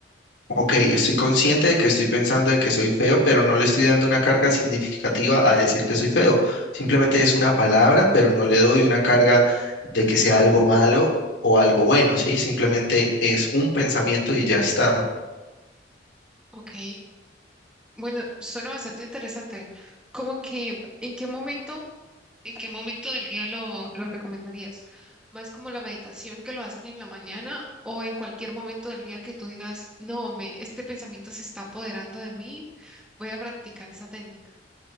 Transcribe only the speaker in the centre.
Ok. Bueno, suena bastante interesante. Como que, ¿en qué momento, en qué momento del día lo, lo recomendarías? ¿Más como la meditación que lo hacen en la mañana o en cualquier momento del día que tú digas, no, me, este pensamiento se está apoderando de mí, voy a practicar esa técnica?